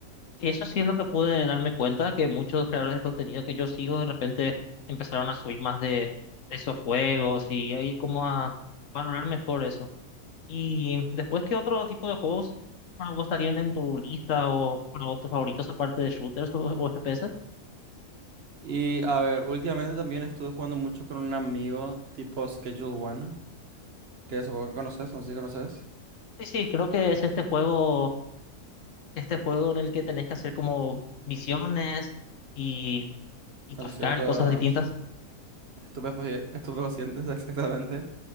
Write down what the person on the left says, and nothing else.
Y eso sí es lo que pude darme cuenta, que muchos creadores de contenido que yo sigo de repente empezaron a subir más de, de esos juegos y ahí como a valorar mejor eso. Y después, ¿qué otro tipo de juegos para vos estarían en tu lista o para vos tus favoritos aparte de shooters o, o FPS?
Sí, sí, creo que es este juego, este juego en el que tenés que hacer como misiones y, y
traficar
y cosas distintas.